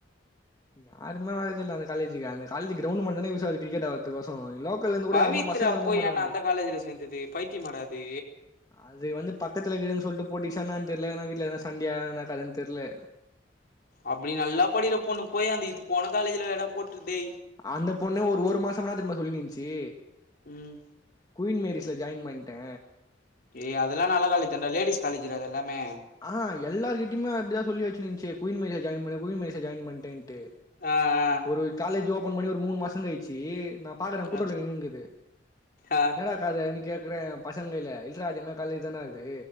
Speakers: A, on the left; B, on the left.
A: யாருமே வறதுல்ல அந்த காலேஜுக்கு அந்த காலேஜ்க்கு கிரௌண்ட் மாறி தானே யூஸ் ஆகுது கிரிக்கெட் ஆ கோசரோ லோக்கல்ல இருந்து கூட
B: பவித்ரா
A: யாருமே பசங்க விரும்ப
B: போய்
A: மாட்டாங்க
B: ஏன்டா அந்த காலேஜ்ல சேந்தது பைத்திய மாடா அது
A: அது வந்து பக்கத்துல இருக்குதுன்னு சொல்லிட்டு போட்டி சென்னான தெர்ல ஏன்னா வீட்ல என்ன சண்டயானா அதுன்னு தெர்ல
B: அப்டி நல்லா படிக்கிற பொண்ணு போயி அந்த இத்து போன காலேஜ்லயாட போட்டுஇருக்குது டே
A: அந்த பொண்ணு ஒரு ஒரு மாசம்னா திரும்ப சொல்லினு இருந்துச்சு
B: ம்
A: குயின் மேரிஸில ஜாயின் பண்ணிட்டே
B: ஏ அத எல்லா நல்ல காலேஜ் தண்டா லேடிஸ் காலேஜ் ஜுடா அது எல்லாமே
A: ஆ எல்லாரு கிட்டயுமே அப்டி தா சொல்லி வச்சுச்சுனு இருந்துச்சு குயின் மேரிஸ்ல ஜாயின் பண்ணே குயின் மேரிஸ்ல ஜாயின் பண்ணிட்டேன்ட்டு
B: ஆ ஆ
A: ப்ரோ காலேஜ் ஓபன் பண்ணி ஒரு மூணு மாசம் கழிச்சு நா பாக்குறே கூட்டதுலா
B: ஆ
A: நின்னு னு இருக்குது
B: ஆ
A: என்னா டா எதுக்காக நிக்குதுனு கேக்குறே பசங்கல இல்லரா அது எங்க காலேஜ் தானா அது